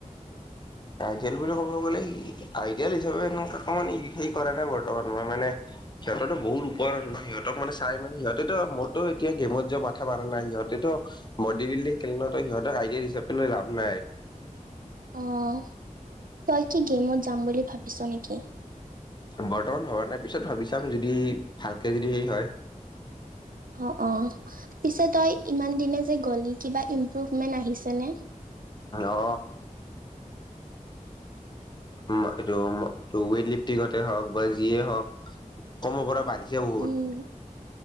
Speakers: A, on the left (about 30°); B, on the right (about 85°).
A: আইডিয়েল বুলি ক'ব গ'লে আইডিয়েল হিচাপেকমান হে কৰা নাই বৰ্তমান মই মানে সিহঁতো বহুত পৰত ন সহতক মানে চাইান সিহঁতেত মোৰো এয়া গেমত যোৱা মাথা মাৰা নাই সিহঁত তেটো বডি বিল্ডিং খেলনো সিহঁতক আইডিয়া হিচাপে লৈ লাভ নাই।
B: আহ, তই কি গেমত যাম বুলি ভাবিছ নেকি?
A: বৰ্তমান ভবা নাই পিছত ভাবি চাম, যদি ভালকে যদি সেই হয়।
B: অ' অ' পিছে তই ইমান দিনে যে গ'লি কিবা ইম্প্ৰুভমেণ্ট আহিছেনে?
A: অ উ এইটো, ৱেইট লিফ্টিঙতে হওক বা যিয়ে হওক কম পৰা বাঢ়ি জহত
B: উম,